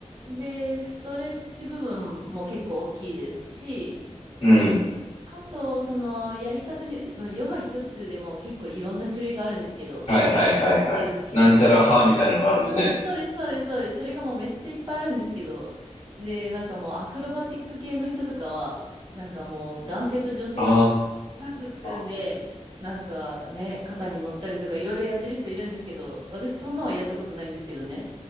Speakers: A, on the right; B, on the left.
A: で、ストレッチ部分も結構大きいですし、
B: うん。うん。
A: あと、そのやり方に、そのヨガ一つでも結構いろんな種類があるんですけど、
B: はいはいはいはい。
A: タイルって言いますか。
B: なんちゃら派みたいなのがあるんでね。
A: そうそうそうそうです、そうです、そうです。それがもうめっちゃいっぱいあるんですけど、で、なんかもうアクロバティック系の人とかは、なんかもう男性と女性でタッグ組んで、
B: ああ。
A: なんかね、肩に乗ったりとかいろいろやってる人いるんですけど、私そんなはやったことないんですけどね、